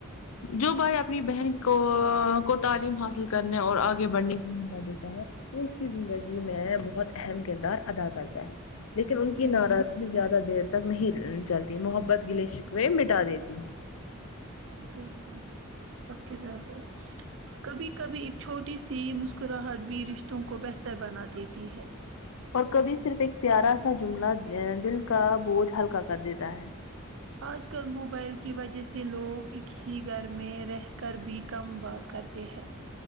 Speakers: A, on the left; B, on the right.
A: جو بھائی اپنی بہن کو کو تعلیم حاصل کرنے اور آگے بڑھنے کی ہمت دیتا ہے وہ اس کی زندگی میں بہت اہم کردار ادا کرتا ہے لیکن ان کی
B: بالکل
A: ناراضگی زیادہ دیر تک نہیں چلتی محبت گلے شکوے مٹا دیتی ہے
B: بالکل اب کدھر ہو کبھی کبھی ایک چھوٹی سی مسکراہٹ بھی رشتوں کو بہتر بنا دیتی ہے
A: اور کبھی صرف ایک پیارا سا جملہ دل کا بوجھ ہلکا کر دیتا ہے
B: آج کل موبائل کی وجہ سے لوگ ایک ہی گھر میں رہ کر بھی کم بات کرتے ہیں